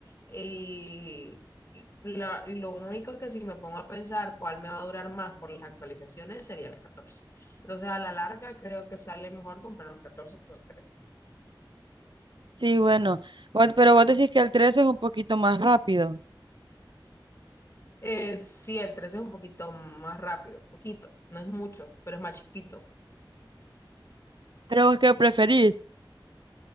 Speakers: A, on the left; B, on the right.
A: Y, y la, y lo único que si me pongo a pensar cuál me va a durar más por las actualizaciones sería el catorce Entonces, a la larga, creo que sale mejor comprar un 14 que un trece
B: Sí, bueno, vos- pero vos decís que el 13 es un poquito más rápido.
A: Eh, sí, el 13 es un poquito más rápido, poquito, no es mucho, pero es más chiquito.
B: Pero vos qué preferís,